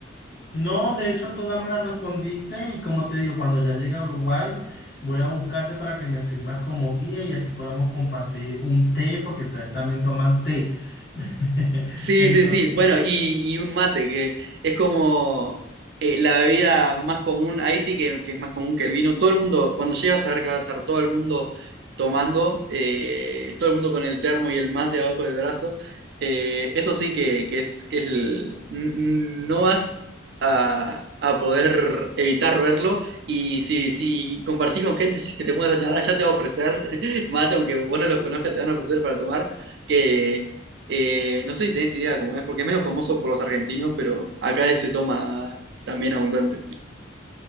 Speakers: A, on the left; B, on the right.
A: No, de hecho, todas me las respondiste y como te digo, cuando ya llegue a Uruguay, voy a buscarte para que me sirvas como guía y así podamos compartir un té, porque ustedes también toman té. <laughs>
B: Sí,
A: Entonces,
B: sí, sí. Bueno, y, y un mate, que es como eh, la bebida más común, ahí sí que, que es más común que el vino. Todo el mundo, cuando llegas a ver que va a estar todo el mundo tomando, eh, todo el mundo con el termo y el mate abajo del brazo, eh, eso sí que, que es, que es el- n- n- no vas a, a poder evitar verlo. Y si, si compartís con gente que te pones a charlar, ya te va a ofrecer <laughs> mate, aunque vos no los conozcas, te van a ofrecer para tomar que eh, no sé si tenés idea cómo es, porque es medio famoso por los argentinos, pero acá se toma también abundante.